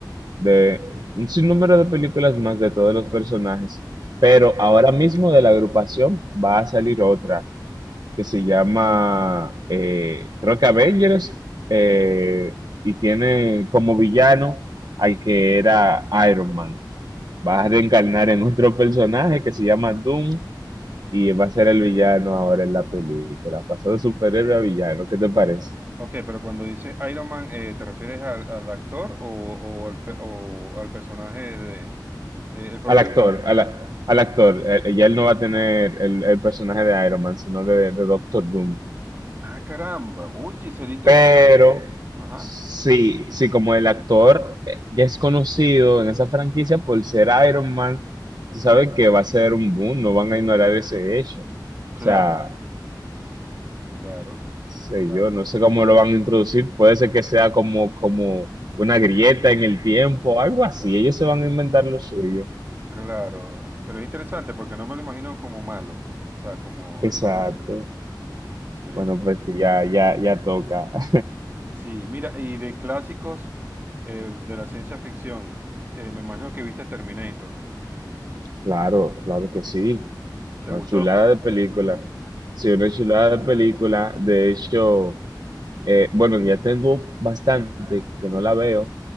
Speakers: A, on the right; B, on the right.
A: de un sinnúmero de películas más de todos los personajes. Pero ahora mismo de la agrupación va a salir otra que se llama, eh, creo que Avengers, eh, y tiene como villano al que era Iron Man. Va a reencarnar en otro personaje que se llama Doom y va a ser el villano ahora en la película. Pasó de superhéroe a villano, ¿qué te parece?
B: Ok, pero cuando dices Iron Man, eh, ¿te refieres al, al actor o, o al, pe- o al personaje de... Eh, el propio.
A: Al actor, al, al actor. Eh, Ya él no va a tener el, el personaje de Iron Man, sino de, de Doctor Doom.
B: Ah, caramba. Oye, sería interesante.
A: Pero
B: verlo. Ajá.
A: sí, sí, como el actor eh, ya es conocido en esa franquicia por ser Iron Man, se sabe que va a ser un boom, no van a ignorar ese hecho. O sea,
B: Claro, claro,
A: qué sé
B: claro,
A: yo, no sé cómo lo van a introducir, puede ser que sea como, como una grieta en el tiempo, algo así, ellos se van a inventar lo suyo.
B: claro. Pero es interesante porque no me lo imagino como malo. O sea, como
A: Exacto.
B: el malo de la película. Sí.
A: Bueno,
B: o-
A: pues sí, ya, ya, ya toca. <laughs>
B: Sí, mira, y de clásicos eh, de la ciencia ficción, eh, me imagino que viste Terminator.
A: Claro, claro que sí.
B: ¿Te
A: Una
B: gustó?
A: chulada de película. Sí, una chulada de película. De hecho, Eh, bueno, ya tengo bastante que no la veo,